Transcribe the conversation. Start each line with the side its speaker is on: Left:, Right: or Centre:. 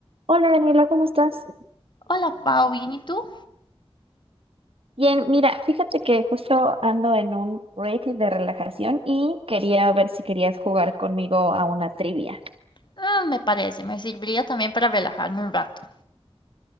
Right: Hola Daniela, ¿cómo estás?
Left: Hola, Pau, ¿bien y tú?
Right: Bien, mira, fíjate que justo ando en un break de relajación y quería ver si querías jugar conmigo a una trivia.
Left: Ah, me parece, me serviría también para relajarme un rato.